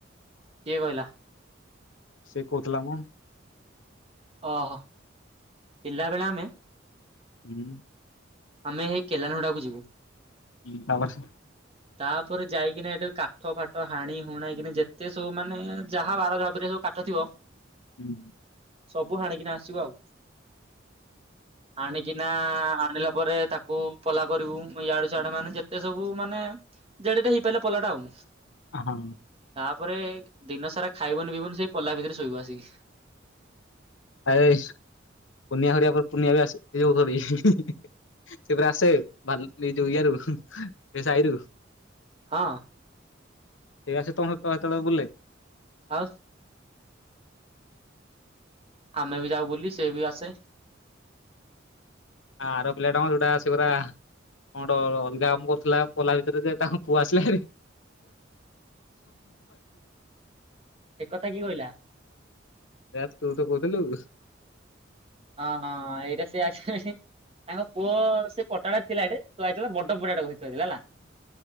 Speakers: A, on the right; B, on the left.
A: କିଏ କହିଲା?
B: ସେ କହୁଥିଲା ମ।
A: ଓହୋ ପିଲାବେଳେ ଆମେ
B: ହୁଁ।
A: ଆମେ ହେଇ କେଲାନ ହୁଡ଼ାକୁ ଯିବୁ।
B: ହଁ ତାପରେ ସେ
A: ତାପରେ ଯାଇକିନା, ଏଠି କାଠ ଫାଠ ହାଣି ହୁଣାଇନା ଯେତେ ସବୁ ମାନ। ମାନେ ଯାହା ବାର ଯାହା ପରେ ସବୁ କାଠ ଥିବ।
B: ହୁଁ।
A: ସବୁ ହାଣିକିନା ଆସିବୁ ଆଉ। ଆଣିକିନା ଆଣିଲା ପରେ ତାକୁ ପଲା କରିବୁ, ଇଆଡୁ ସିଆଡୁ ମାନେ ଯେତେ ସବୁ ମାନେ ଜେଡେଟା ହେଇପାରିଲା ପଲାଟା ଆଉ।
B: ହଁ।
A: ତା ପରେ। ଦିନ ସାରା ଖାଇବୁନି ପିଇବୁନି ସେଇ ପଲା ଭିତରେ ସୋ ସୋଇବୁ ଆସିକି।
B: ହଁ ଆରେ ପୁନିଆ ଖର ପରେ ପୁନିଆ ବି ଆସ ଯୋଉ ସରି ଆସେ ଏଇ ଯୋଉ ଇଆରୁ ସେହି ସାଇରୁ।
A: ହଁ।
B: ଠିକ ଅଛି ତମ କହ ତଳେ ବୁଲେ।
A: ଆଉ। ଆମେ ବି ଯାଉ ବୁଲିୁ ସେଏ ବି ଆସେ।
B: ଆଉ ଆର ପିଲା ଟା ମ ଯୋଉଟା ଆସେ ପରା କଣ ଗୋଟେ ଅଲଗା କାମ କରୁଥିଲା ପୋଲା ଭିତରେ ଯେ ତାଙ୍କ ପୁଅ ଆସିଲା ହେରି।
A: ଏ କଥା କି କହିଲା?
B: ଏ ତୁ ତ କହୁଥିଲୁ।
A: ହଁ ହଁ ଏଇଟା ସେ ଆସ ତାଙ୍କ ପୁଅ ସେ କଟାଟ ଥିଲା ଏଠ ତୁ ଆସିଥିଲା ବଡ ପଡାଟେ କହିଥିଲୁ।